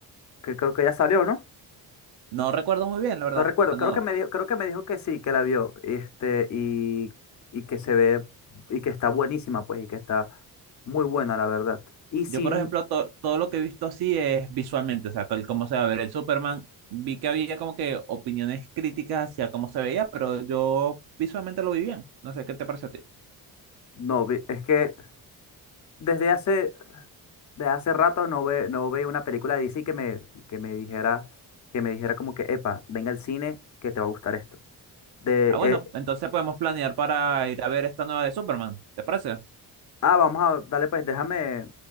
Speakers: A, on the left (about 50°); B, on the right (about 75°).
A: que creo que ya salió, ¿no?
B: No recuerdo muy bien, la verdad.
A: No recuerdo,
B: O sea, no-
A: creo que me dijo, creo que me dijo que sí, que la vio, este, y, y que se ve, y que está buenísima, pues, y que está muy buena, la verdad. Y sin,
B: yo, por ejemplo, to- todo lo que he visto así es visualmente, o sea, el cómo se va a ver el Superman. Vi que había como que opiniones críticas hacia cómo se veía, pero yo visualmente lo vi bien. No sé, ¿qué te parece a ti?
A: no, vi- es que desde hace, desde hace rato no ve, no veo una película de DC que me, que me dijera, que me dijera como que, epa, venga al cine, que te va a gustar esto. De,
B: Ah, bueno,
A: eh,
B: entonces podemos planear para ir a ver esta nueva de Superman. ¿Te parece?
A: ah, vamos a, dale, pues, déjame,